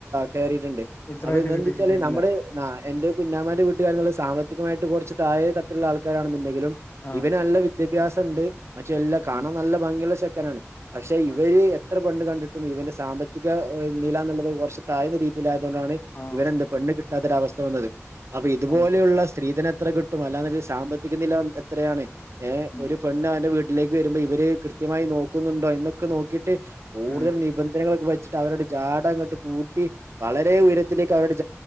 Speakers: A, on the right; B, on the left.
A: കേറീട്ട്ണ്ട് ഇത്
B: ഇത്രായിട്ട്
A: എന്താച്ചാല്
B: കിട്ടി കിട്ടിയിട്ടില്ല
A: നമ്മൾ എന്റെ കുഞ്ഞാമാന്റെവീട്ടുകാരസാമ്പത്തികമായിട്ട് കൊറച്ച്താഴെതട്ടുള്ള ആൾക്കാരാണെന്നുണ്ടെങ്കിലും
B: ആ
A: ഇവന് നല്ല വിദ്യ ഭ്യാസം ഇണ്ട് മറ്റ് എല്ലാം കാണാൻ
B: ഉം
A: നല്ല ഭംഗിയുള്ള ചെക്കനാണ് പക്ഷെ ഇവര്
B: ആ
A: എത്ര പെണ്ണ് കണ്ടിട്ടും ഇവന്റെ സാമ്പത്തിക നില എന്നുള്ളത് കുറച്ച്താഴ്ന്ന രീതി യിലായതുകൊണ്ടാണ്
B: ആ
A: ഇവനെന്ത് പെണ്ണ് കിട്ടാത്തൊരു അവസ്ഥ വന്നത് അപ്പൊ ഇതുപോലെയുള്ള
B: ആ
A: സ്ത്രീധന എത്ര കിട്ടു ട്ടുംഅല്ല സാമ്പത്തിക നില എത്രയാണ് ഏഹ്
B: ഉം
A: ഒരു പെണ്ണ് അവന്റെ വീട്ട ട്ടിലേക്ക് വരുമ്പോ ഇവര് കൃത്യമായി നോക്കുന്നുണ്ടോ എന്നൊക്കെ നോക്കിട്ട് കൂടുതൽ
B: ഉം
A: നിബന്ധ വെച്ചിട്ട് അവരുടെ ജാട അങ്ങോട്ട് കൂട്ടി വളരെ ഉയരത്തിലേക്ക് അവരുടൊ